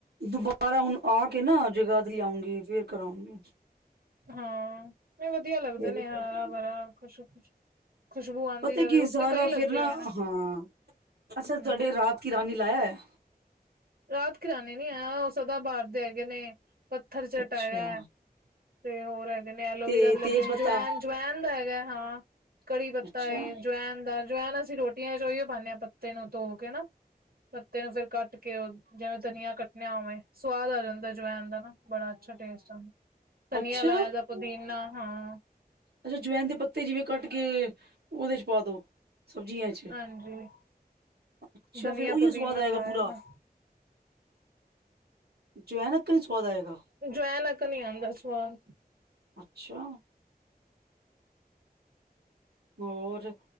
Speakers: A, on the right; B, on the right.
A: ਦੁਬਾਰਾ ਹੁਣ ਆ ਕੇ ਨਾ ਜਗਾਧਰੀ ਆਉਂਗੀ ਫਿਰ ਕਰਾਉਂਗੀ
B: ਹਾਂ ਨਹੀਂ ਵਧੀਆ ਲੱਗਦੇ
A: ਫੇਰ
B: ਨੇ
A: ਹੀ ਕਰਾਂਗੀ
B: ਹਰਾ ਭਰਾ ਖੁਸ਼ ਖੁਸ਼ ਖੁਸ਼ਬੂ ਆਉਂਦੀ
A: ਪਤਾ
B: ਰਹੇ
A: ਕੀ
B: ਉੱਤੇ
A: ਸਾਰਾ
B: ਕਈ ਲੱਗੇ
A: ਫਿਰ ਨਾ
B: ਹੋਏ ਨੇ
A: ਹਾਂ ਅੱਛਾ
B: ਹਮ
A: ਤੁਹਾਡੇ ਰਾਤ ਕੀ ਰਾਨੀ ਲਾਇਆ ਹੈ।
B: ਰਾਤ ਕੀ ਰਾਨੀ ਨੀ ਆ ਉਹ ਸਦਾ ਬਾਹਰ ਦੇ ਹੈਗੇ ਨੇ ਪੱਥਰ ਚੱਟ
A: ਅੱਛਾ
B: ਹੈਗਾ ਤੇ ਹੋਰ ਹੈਗੇ ਨੇ ਐਲੋਵੀਰਾ
A: ਤੇ
B: ਦੇ ਲੱਗੇ
A: ਤੇਜ
B: ਨੇ
A: ਪੱਤਾ
B: ਜਵੈਨ ਜਵੈਨ ਦਾ ਹੈਗਾ ਹਾਂ ਕੜੀ ਪੱਤਾ
A: ਅੱਛਾ
B: ਏ
A: ਹਾਂ
B: ਜਵੈਨ ਦਾ ਜਵੈਨ ਅਸੀਂ ਰੋਟੀਆਂ ਚ ਉਹੀਓ ਪਾਨੇ ਹਾਂ। ਪੱਤੇ ਨੂੰ ਧੋ ਕੇ ਨਾ ਪੱਤੇ ਨੂੰ ਫਿਰ ਕੱਟ ਕੇ ਜਿਵੇਂ ਧਨੀਆ ਕੱਟਣਾ ਐਵੇਂ ਸਵਾਦ ਆ ਜਾਂਦਾ ਜਵੈਨ ਦਾ ਨਾ ਬੜਾ ਅੱਛਾ ਟੇਸਟ ਆ। ਧਨੀਆ
A: ਅੱਛਾ
B: ਲਾਇਆ ਦਾ ਪੁਦੀਨਾ ਹਾਂ।
A: ਅੱਛਾ ਜਵੈਨ ਦੇ ਪੱਤੇ ਜਿਵੇਂ ਕੱਟ ਕੇ ਉਹਦੇ ਚ ਪਾ ਦੋ। ਸਬਜ਼ੀਆਂ ਚ
B: ਹਾਂਜੀ
A: ਅੱਛਾ
B: ਧਨੀਆ
A: ਫੇਰ ਉਹੀਓ
B: ਪੁਦੀਨਾ
A: ਸਵਾਦ ਆਏਗਾ
B: ਲਾਇਆ
A: ਪੂਰਾ
B: ਵਾ
A: ਜਵੈਨ ਅਕਨ ਵੀ ਸਵਾਦ ਆਏਗਾ
B: ਜਵੈਨ ਅਕਨ ਨੀ ਆਉਂਦਾ ਸਵਾਦ
A: ਅੱਛਾ ਹੋਰ